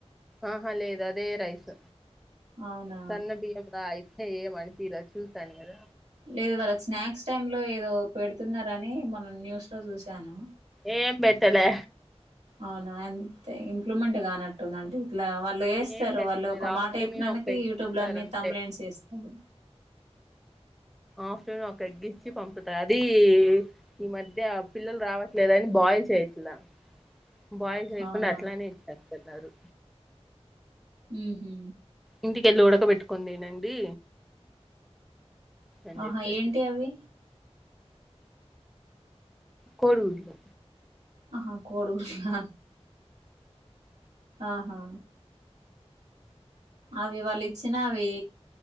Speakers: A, in the centre; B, on the right.
A: ఆహ లేేదు అదే రైస్
B: అవునా
A: సన్న బియ్యము ఆయి ఏమనిపియ్యలే చూసానుగాద
B: లేదు వాళ్ళ స్నాక్స్ టైమ్లో ఏదో పెడుతున్నారని మొన్న న్యూస్లో చూశాను
A: ఏం పేట్టలే
B: అవునా అంతే ఇంప్లుమెంట్ కానట్టుంది అంటే ఇట్లా వా వాళ్ళు వేస్తారు
A: ఏం పెట్టలేదు
B: వాళ్ళు ఒకమాట
A: ఆఫ్టర్నూన్
B: చెప్పినందుకు
A: ఒక ఎగ్
B: యూట్యూబ్లో
A: ఇస్తారు
B: అన్ని
A: అంతే
B: థమ్నెయిల్స్ వేస్తారు
A: ఆఫ్టర్నూన్ ఒక ఎగ్ ఇచ్చి పంపుతా అది ఈ మధ్య పిల్లలు రావట్లేదు అని బాయిల్ చేయట్లే బాయిల్ చేయకుండా
B: అవునా
A: అట్లానే ఇచ్చేస్తున్నారు
B: ఉహు
A: ఇంటికెళ్ళి ఉడకబెట్టుకొని తినండి అని
B: ఆహా
A: చెప్పేసి
B: ఏంటి అవి
A: కోడిగుడ్లు
B: ఆహా కోడీగుడ్ల ఆహా అవి వాళ్ళు ఇచ్చినా అవి